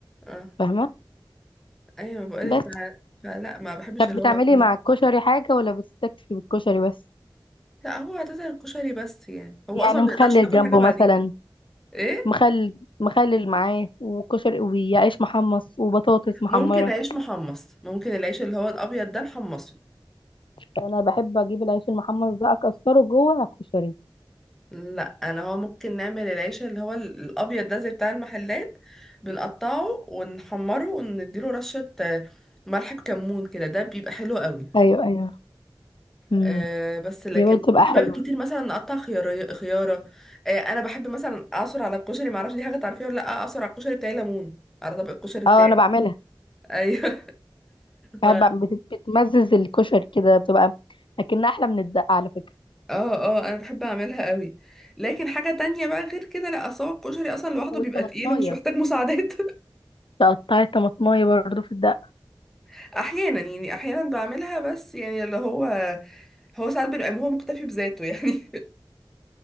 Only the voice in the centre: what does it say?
اه
ايوه بقولك
ف... فلا ما بحبش
اللي
هو كله
لا هو عادة الكشري بس يعني هو
اصلا ما
بنقدرش ناكل
حاجه بعديها
ايه
ممكن عيش محمص ممكن العيش اللي هو الابيض ده نحمصه
لا انا هو ممكن نعمل العيش اللي هو ال- الابيض ده زي بتاع المحلات بنقطعه ونحمره ونديله رشه آه، ملح بكمون كده ده بيبقى حلو قوي
آه بس لكن
ممكن
بقى كتير مثلا نقطع خيار خياره آه انا بحب مثلا اعصر على الكشري معرفش دي حاجه تعرفيها ولا لا اعصر على الكشري بتاعي ليمون على طبق الكشري بتاعي
ايوه <laughs> ف
اه اه انا بحب اعملها قوي لكن حاجه تانية بقى غير كده لا اصل هو الكشري اصلا لوحده
بيبقى تقيل ومش محتاج مساعدات
<laughs> احيانا يعني احيانا بعملها بس يعني اللي هو هو ساعات بيبقى هو مكتفي بذاته يعني